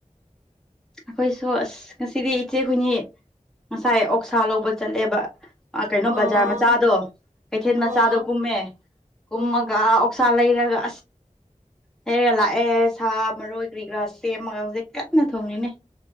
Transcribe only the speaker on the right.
ꯑꯣ
ꯑꯣ
ꯎꯝ